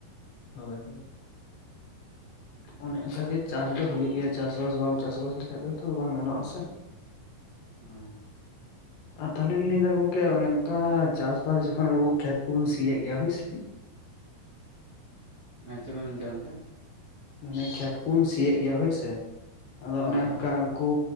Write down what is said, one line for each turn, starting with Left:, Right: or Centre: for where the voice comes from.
Left: ᱦᱳᱭ ᱚᱱᱮ ᱚᱝᱠᱟᱜᱮ ᱪᱟᱥ ᱫᱚ ᱦᱩᱭᱩᱜ ᱜᱮᱭᱟ, ᱪᱟᱥᱵᱟᱥ ᱵᱟᱝ ᱪᱟᱥᱵᱟᱥ ᱞᱮᱠᱷᱟᱡ ᱫᱚ ᱛᱚ ᱵᱟᱝ ᱜᱟᱱᱚᱜᱼᱟ ᱥᱮ᱾
Right: ᱦᱳᱭ
Left: ᱟᱨ ᱛᱟᱞᱦᱮ ᱞᱤᱧ ᱞᱟᱹᱭᱫᱟ ᱜᱚᱝᱠᱮ ᱚᱱᱮ ᱚᱝᱠᱟ ᱪᱟᱥᱵᱟᱥ ᱡᱚᱠᱷᱚᱱ ᱟᱵᱚ ᱠᱷᱮᱛ ᱠᱚᱵᱚᱱ ᱥᱤᱭᱮᱜ ᱜᱮᱭᱟ ᱦᱳᱭᱥᱮ
Right: ᱮᱸ ᱪᱮᱜ ᱵᱤᱱ ᱢᱮᱱ ᱠᱮᱜᱼᱟ ᱜᱚᱝᱠᱮ?
Left: ᱢᱟᱱᱮ ᱠᱷᱮᱛ ᱵᱚᱱ ᱥᱤᱭᱮᱫ ᱜᱮᱭᱟ ᱦᱳᱭᱥᱮ ᱟᱫᱚ
Right: ᱦᱳᱭ
Left: ᱚᱱᱮ
Right: ᱦᱳᱭ
Left: ᱚᱝᱠᱟ ᱠᱩ